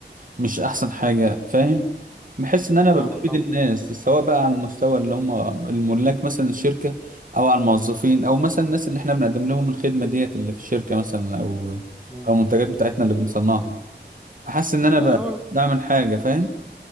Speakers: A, on the right (about 45°); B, in the centre.
A: مش احسن حاجه فاهم بحس ان انا ببقى
B: فاهمك
A: بفيد
B: فاهمك
A: الناس سواء بقى على المستوى اللي هم الملاك مثلا الشركه او على الموظفين او مثلا الناس اللي احنا بنقدم لهم الخدمه ديت اللي في الشركه مثلا او
B: مم.
A: او المنتجات بتاعتنا اللي بنصنعها احس ان انا
B: لا
A: بقى
B: أنا
A: بعمل حاجه فاهم